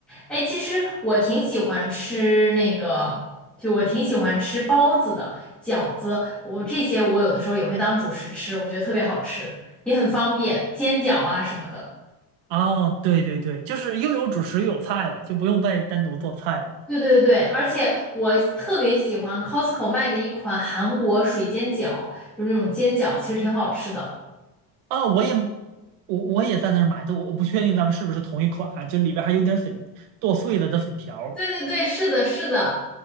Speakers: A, in the centre; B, on the right.
A: 哎，其实我挺喜欢吃那个，就我挺喜欢吃包子的、饺子，我这些我有的时候也会当主食吃，我觉得特别好吃，也很方便，煎饺啊什么的。
B: 哦，对对对，就是又有主食又有菜了，就不用再单独做菜了。
A: 对对对，而且我特别喜欢 Costco 卖的一款韩国水煎饺，就是那种煎饺，其实挺好吃的。
B: 啊、我也我我也在那儿买的，我我不确定咱们是不是同一款啊就里边还有点粉剁碎了的粉条儿
A: 对对对，是的，是的。